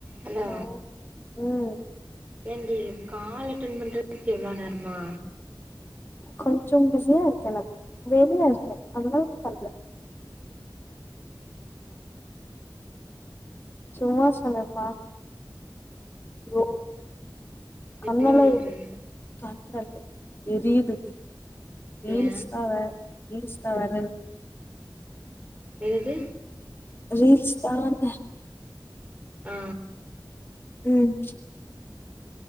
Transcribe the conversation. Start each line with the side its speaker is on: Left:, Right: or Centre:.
Right: allow
Left: hello ம்
Right: ஏண்டி call attend பண்றதுக்கு இவ்ளோ நேரமா
Left: கொஞ்சோ பிஸியா இருக்கே நா வேலயா இருக்கே அதனால பண்ல
Right: ம்
Left: சும்மா சொன்னேபா லோ கண்ணலா
Right: என்ன பண்ணிட்டு
Left: எர்
Right: இருந்த
Left: கண் ரெண்டு எரியுது ரீல்ஸ்
Right: ஏ
Left: பவ ரீல்ஸ் பவரண்
Right: என்னது
Left: ரீல்ஸ்தான்
Right: ஆ
Left: ம்